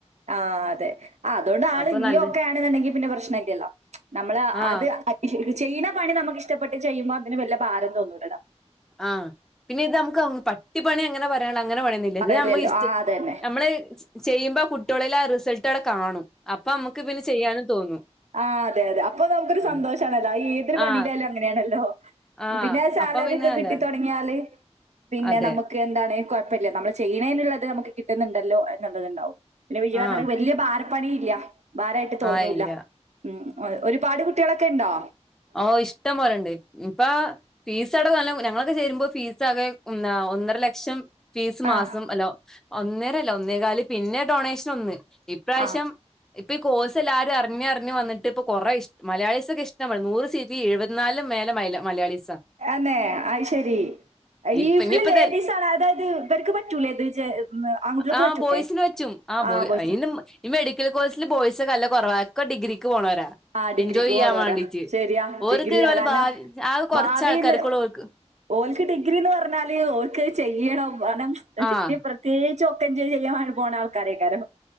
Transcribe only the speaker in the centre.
അപ്പൊ
നല്ല
ആ
ആഹ് പിന്നെ ഇത് നമുക്ക് പട്ടിപ്പണി അങ്ങനെ പറയാള്ള അങ്ങനെ പണിയൊ ല്ലത്
നമ്മ ഇഷ്
നമ്മള് ചെയ്യുമ്പോ കുട്ടിയോളില് ആ റിസൾട്ട് അടെ കാണും. അപ്പമ്മക്ക് പിന്നെ ചെയ്യാനും തോന്നും
ആ
ആ
ആ
അപ്പൊ പിന്നെ
അല്ല
അതെ
ആ
ആ ഇല്ല
ഓഹ് ഇഷ്ടം പോലെണ്ട് ഇപ്പൊ ഫീസ് അടവ് ഞങ്ങളൊക്കെ ചേരുമ്പൊ ഫീസ് ആകെ ഒന്നര ലക്ഷം ഫീസ്
മാസം അല്ലോ ഒന്നരല്ല ഒന്നേകാല് പിന്നെ ഡൊണേഷൻ ഒന്ന് ഇപ്രാവശ്യം
ഇപ്പൊ ഈ കോഴ്സ് എല്ലാരും അർഞ്ഞർഞ്ഞ്‌ വന്നിട്ട് പ്പൊ കൊറേ ഇഷ് മലയാളീസൊക്കെ ഇഷ്ട പോലെ നൂറ് സീറ്റി എഴുവത്ത്നാലും മേലെ മലയാളിസാ
ഇപ്പ ഇനിയിപ്പ
ഇത
ആഹ്
<unintelligible>
ഈ മെഡിക്കൽ കോഴ്സില് ബോയ്സ് ഒക്കെല്ല കൊറവാ. ഒക്കെ ഡിഗ്രിക്ക് പോണോരാ
എൻജോയ് ചെയ്യാൻ
വേണ്ടീട്ട്.
ഓര്ക്ക്
ഓലെ
ഭാവി ആകെ കൊറച്ച്
ആൾക്കാർക്കൊള്ളൂ ഓൽക്ക്
ആഹ്